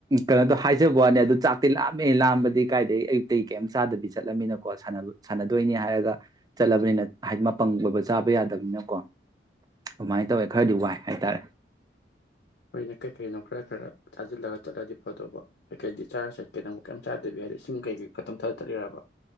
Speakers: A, on the right (about 20°); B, on the left (about 65°).
A: ꯀꯩꯅꯣꯗꯣ ꯍꯥꯏꯖꯕ ꯋꯥꯅꯦ ꯑꯗꯨ ꯆꯥꯛꯇꯤ ꯂꯥꯝꯃꯦ ꯂꯥꯝꯕꯗꯤ ꯀꯥꯏꯗꯒꯤ ꯑꯌꯨꯛꯇꯩ ꯀꯩꯝ ꯆꯥꯗꯕꯤ ꯆꯠꯂꯃꯤꯅꯀꯣ ꯁꯥꯟꯅꯕ ꯁꯥꯟꯅꯗꯣꯏꯅꯤ ꯍꯥꯏꯔꯒ ꯆꯠꯂꯕꯅꯤꯅ ꯍꯥꯏꯗꯤ ꯃꯄꯪꯒꯣꯏꯕ ꯆꯥꯕ ꯌꯥꯗꯕꯅꯤꯅꯀꯣ ꯑꯗꯨꯃꯥꯏꯅ ꯇꯧꯋꯦ ꯈꯔꯗꯤ ꯋꯥꯏ ꯍꯥꯏꯇꯥꯔꯦ꯫
B: ꯍꯣꯏꯅ ꯀꯩꯀꯩꯅꯣ ꯈꯔ ꯈꯔ ꯆꯥꯖꯤꯜꯂꯒ ꯆꯠꯂꯗꯤ ꯐꯗꯧꯕ ꯀꯩꯀꯩꯗꯤ ꯆꯥꯔ ꯆꯥꯠꯀꯦ ꯅꯪꯕꯣ ꯀꯌꯤꯝ ꯆꯥꯗꯕꯤ ꯍꯥꯏꯗꯣ ꯏꯁꯤꯡ ꯀꯩꯀꯩ ꯈꯛꯇꯪ ꯊꯛꯑ ꯆꯠꯂꯤꯔꯕ꯫